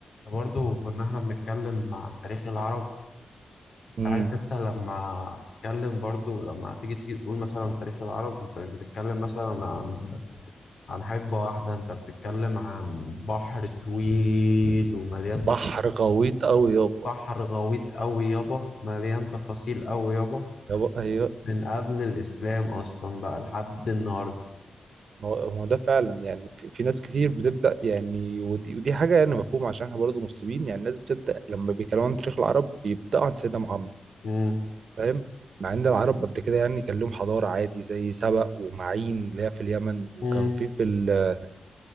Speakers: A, on the left; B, on the right.
A: برضه كنا احنا بنتكلم عن تاريخ العرب انت
B: امم
A: عارف انت لما تتكلم برضه لما تيجي تيجي تقول مثلا تاريخ العرب انت مش بتتكلم مثلا عن عن حقبة واحدة انت بتتكلم عن بحر طويل ومليان تف...
B: بحر غويط قوي يابا
A: بحر غويط قوي يابا مليان تفاصيل قوي يابا
B: يابا هي
A: من قبل الإسلام أصلا بقى لحد النهاردة
B: ما هو ما هو ده فعلا يعني في, في ناس كتير بتبدا يعني ودي, ودي حاجه يعني مفهومه عشان احنا برضه مسلمين يعني الناس بتبدا لما بيتكلموا عن تاريخ العرب بيبداوا عن سيدنا محمد
A: مم.
B: فاهم مع ان العرب قبل كده يعني كان لهم حضاره عادي زي سبأ ومعين اللي هي في اليمن وكان
A: مم.
B: في في ال-